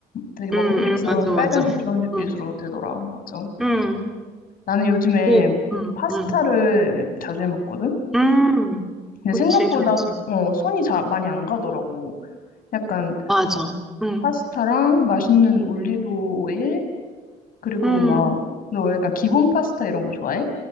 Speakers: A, on the left (about 55°); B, in the centre.
A: 되게 먹음직스러운
B: 응, 응, 맞아, 맞아.
A: 빨간색, 주황색빛으로
B: 응,
A: 되더라. 맞아.
B: 응,
A: 나는 요즘에
B: 오, 응,
A: 파스타를
B: 응,
A: 자주 해 먹거든?
B: 응,
A: 근데
B: 그치,
A: 생각보다,
B: 좋지.
A: 어, 손이 잘 많이 안 가더라고. 약간
B: 맞아. 응,
A: 파스타랑 맛있는 올리브 오일, 그리고
B: 응.
A: 막, 너 약간 기본 파스타 이런 거 좋아해?